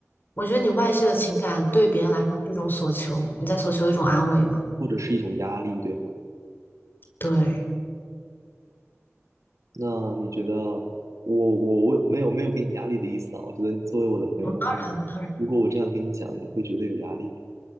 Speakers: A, on the left; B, on the right.
A: 我觉得你外泄的情感对别人来说是一种索求，你在索求一种安慰嘛？
B: 或者是一种压力，对吗？
A: 对，
B: 那你觉得我我我没有没有给你压力的意思啊？我觉得你作为我的朋友的话，
A: 当然，当然，
B: 如果我这样跟你讲，你会觉得有压力吗？